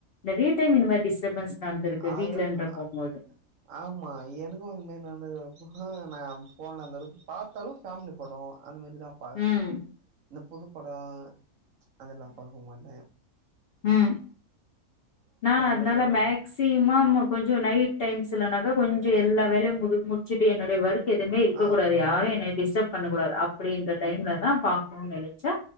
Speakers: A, on the left; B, on the right.
A: நெறையா டைம் இந்த மாரி டிஸ்ட்டபன்ஸ் நடந்திருக்கு
B: அதுத
A: வீட்லன்ற
B: ஆ
A: போம்போது
B: ஆமா எனக்க இந்த மாரி நடந்திருக்கு ஃபுல்லு நா போன்ல அந்தளவுக்கு பாத்தாலு ஃபேமிலி பாடோ அது மாரிதா பா
A: ம்
B: இந்த புதுப்படோ அதெல்லா பாக்க மாட்டே
A: ஆ நா அதனால
B: மாரிலாம்
A: மே
B: நம்ம
A: மேக்சிமம் கொஞ்சு நைட் டைம்ஸ்லனாக்க கொஞ்சு எல்லா வேலையு மு முடிச்சிட்டு என்னுடைய வர்க் க் எதுமே இருக்க
B: ஆ
A: கூடாது யாரு என்னைய டிஸ்டர்பப் பண்ண கூடாது அப்படின்ற டைம்ல தா பாக்கணுனு நெனப்ப